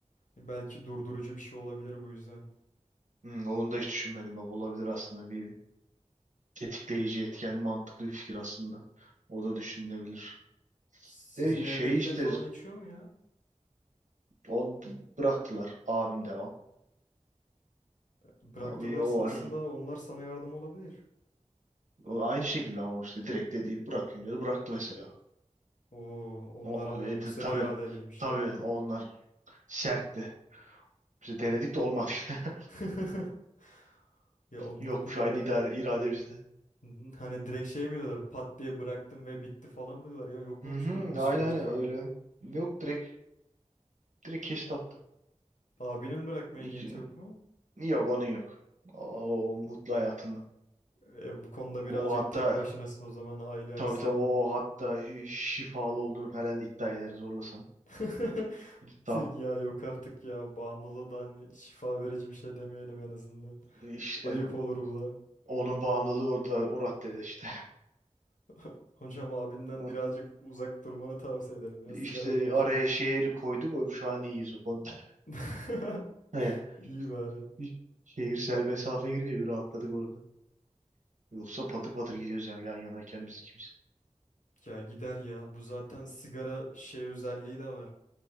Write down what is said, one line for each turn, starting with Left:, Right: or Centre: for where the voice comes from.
Left: Belki durdurucu bir şey olabilir bu yüzden.
Right: Hmm, onu da hiç düşünmedim bak olabilir aslında bir tetikleyici etken mantıklı bir fikir aslında. O da düşünülebilir.
Left: Sizin
Right: De
Left: evdekiler
Right: şey işte
Left: falan içiyor mu ya?
Right: on bıraktılar abim devam.
Left: Bıraktılarsa
Right: Abi o var.
Left: aslında onlar sana yardım olabilir.
Right: O aynı şekilde ama işte direkt dediği bırakıyorum dedi. Bıraktı mesela.
Left: Oo, onlar
Right: O
Left: ama
Right: dedi
Left: yüksek
Right: tabii.
Left: iradeliymiş
Right: Tabii
Left: yani.
Right: onlar sertti. Biz denedik de olmadı. <laughs>
Left: <laughs> Ya onlar
Right: Yok
Left: peki
Right: şu aynı
Left: böyle
Right: idare, irade bizde.
Left: n- hani direkt şey mi diyorlar? Pat diye bıraktım ve bitti falan mı diyorlar? Ya yok muymuş
Right: Hı hı,
Left: bunun bir süreci
Right: aynen aynen
Left: falan?
Right: öyle. Yok direkt direkt kesti attı.
Left: Abinin bırakmaya
Right: İki-
Left: niyeti yok mu?
Right: Yok onun yok. O mutlu hayatında.
Left: E, e, bu konuda birazcık
Right: O hatta
Left: tek başınasın o zaman aile açısından.
Right: tabii tabii o hatta şifalı olduğunu falan iddia eder zorlasan.
Left: <laughs>
Right: Hatta
Left: Ya yok artık ya bağımlılığı da hani şifa verici bir şey demeyelim en azından.
Right: işte
Left: Ayıp olur bu da.
Right: onun bağımlılığı orada o raddede işte.
Left: <laughs> Hocam abinden
Right: <laughs>
Left: birazcık uzak durmanı tavsiye ederim ya
Right: İşte
Left: sigara konusunda.
Right: araya şehir koyduk. O- Şu an iyiyiz o konuda. <laughs>
Left: <laughs>
Right: He.
Left: İyi bari.
Right: Bir Şehirsel mesafe girince bir rahatladık orada. Yoksa patır patır gidiyoruz yani yan yanayken biz ikimiz.
Left: Ya gider ya bu zaten sigara şey özelliği de var.